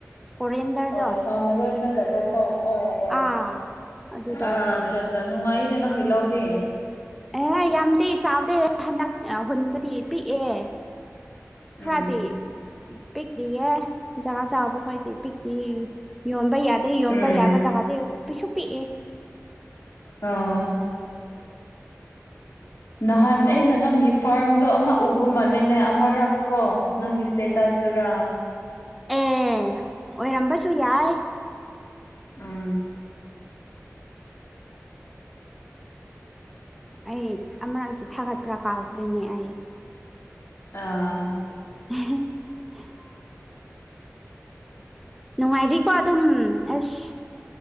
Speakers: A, in the centre; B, on the left.
A: ꯀꯣꯔꯦꯟꯗꯔꯗꯣ
B: ꯑꯣ ꯁꯥ ꯃꯔꯣꯏ ꯅꯠꯇꯕꯀꯣ ꯑꯣ ꯑꯣ
A: ꯑꯥ ꯑꯗꯨꯗꯣ
B: ꯑꯥꯆ ꯪꯆ ꯅꯨꯡꯉꯥꯏꯅꯦ ꯅꯪꯒꯤ ꯂꯧꯗꯤ꯫
A: ꯑꯦ ꯌꯥꯝꯗꯤ ꯆꯥꯎꯗꯦ ꯍꯟꯗꯛ ꯍꯨꯟꯕꯗꯤ ꯄꯤꯛꯑꯦ꯫ ꯈꯔꯗꯤ
B: ꯎꯝ
A: ꯄꯤꯛꯂꯤꯌꯦ ꯖꯒꯥ ꯆꯥꯎꯕ ꯈꯣꯏꯗꯤ ꯄꯤꯛꯂꯤ ꯌꯣꯟꯕ ꯌꯥꯗ꯭ꯔꯤꯌꯣꯟꯕ
B: ꯎꯝ
A: ꯌꯥꯕ ꯖꯒꯥꯗꯤ ꯄꯤꯛꯁꯨ ꯄꯤꯛꯑꯦ꯫
B: ꯑꯥ ꯅꯍꯥꯟ ꯑꯩꯅ ꯅꯪꯒꯤ ꯐꯥꯔꯝꯗꯣ ꯑꯃ ꯎꯕ ꯃꯥꯜꯂꯦꯅꯦ ꯑꯃꯔꯛ ꯀꯣ ꯅꯪꯒꯤ ꯁ꯭ꯇꯦꯠ ꯇꯖꯨꯔꯥ
A: ꯑꯦ ꯑꯣꯏꯔꯝꯕꯁꯨ ꯌꯥꯏ꯫
B: ꯎꯝ
A: ꯑꯩ ꯑꯃꯔꯛꯇꯤ ꯊꯥꯒꯠꯄ꯭ꯔꯥ ꯀꯥꯎꯈ꯭꯭ꯔꯦꯅꯦ ꯑꯩ꯫
B: ꯑꯥ
A: <unintelligible> ꯅꯨꯡꯉꯥꯏꯔꯤꯀꯣ ꯑꯗꯨꯝ ꯑꯦꯁ